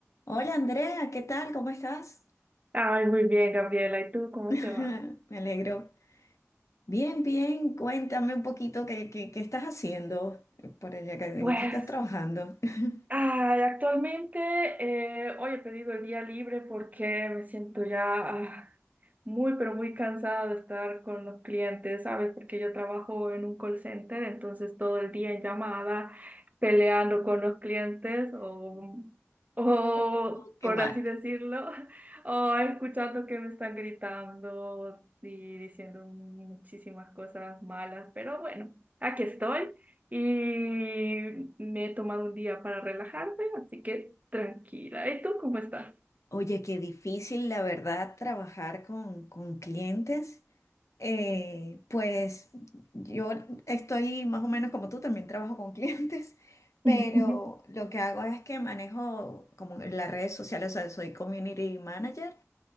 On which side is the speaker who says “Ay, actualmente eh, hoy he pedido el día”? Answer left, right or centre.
Right